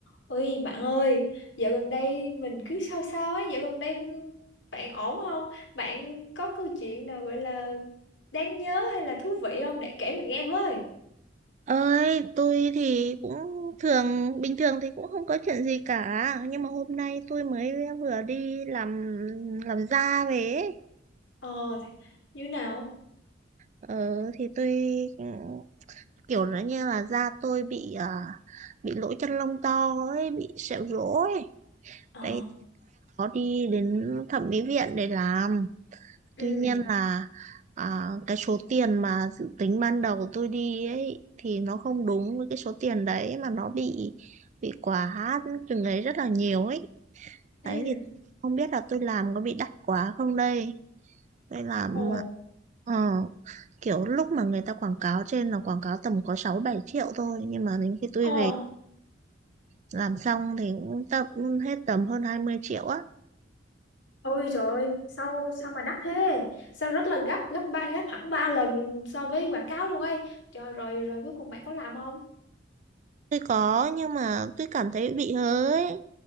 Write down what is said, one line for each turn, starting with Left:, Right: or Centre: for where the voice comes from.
Left: Ôi bạn ơi, dạo gần đây mình cứ sao sao ấy, dạo gần đây bạn ổn không? Bạn có câu chuyện nào gọi là đáng nhớ hay là thú vị không để kể mình nghe với?
Right: ơi tôi thì cũng thường bình thường thì cũng không có chuyện gì cả nhưng mà hôm nay tôi mới vừa đi làm làm da về ấy.
Left: Ờ, thế- như nào?
Right: ờ, thì tôi ừ, kiểu nó như là da tôi bị à, bị lỗ chân lông to ấy bị sẹo rỗ ấy
Left: Ờ,
Right: đấy có đi đến thẩm mỹ viện để làm
Left: ừ,
Right: Tuy nhiên là à, cái số tiền mà dự tính ban đầu tôi đi ấy thì nó không đúng với cái số tiền đấy mà nó bị bị quá từng ấy rất là nhiều ấy.
Left: ừ,
Right: Đấy thì không biết là tôi làm có bị đắt quá không đây. Tôi làm
Left: ồ,
Right: ờ, kiểu lúc mà người ta quảng cáo trên là quảng cáo tầm có 6 7 triệu thôi nhưng mà đến khi tôi
Left: ờ.
Right: về làm xong thì cũng tập hết tầm hơn 20 triệu á.
Left: Ôi trời ơi, sao sao mà đắt thế? Sao rất là gấp, gấp ba, gấp hẳn ba lần so với quảng cáo luôn ấy. Trời rồi rồi cuối cùng bạn có làm không?
Right: Tôi có nhưng mà tôi cảm thấy bị hớ ấy.